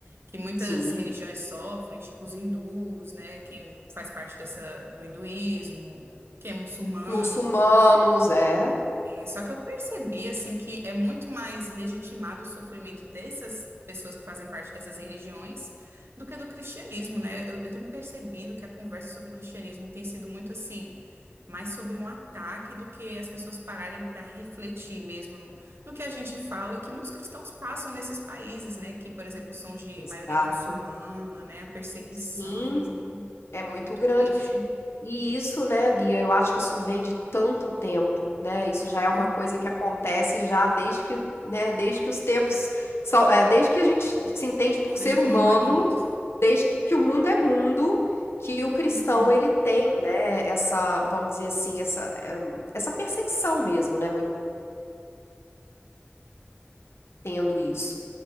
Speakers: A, on the right; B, on the left.
A: que muitas
B: sim.
A: religiões sofrem, tipo os hindus, né, quem faz parte dessa do hinduísmo, quem é muçulmano.
B: Muçulmanos, é,
A: Só que eu percebi assim que é muito mais legitimado o sofrimento dessas pessoas que fazem parte dessas religiões do que do cristianismo, né? Eu, eu tenho percebido que a conversa sobre o cristianismo tem sido muito assim, mais sobre um ataque do que as pessoas pararem para refletir mesmo no que a gente fala, que muitos cristãos passam nesses países, né? Que, por exemplo, são de
B: exato.
A: maioria muçulmana, né? A perseguição.
B: Sim. É muito
A: Muito
B: grande.
A: triste.
B: E isso, né, Bia, eu acho que isso vem de tanto tempo, né? Isso já é uma
A: Uhum.
B: coisa que acontece já desde que, né, desde que os tempos são, é, desde que a gente se entende por
A: Desde
B: ser
A: que
B: humano,
A: o mundo é mundo.
B: desde que o mundo é mundo, que o cristão
A: Uhum.
B: ele tem, né, essa, vamos dizer assim, essa, eh, essa perseguição mesmo, né? muito Tendo isso.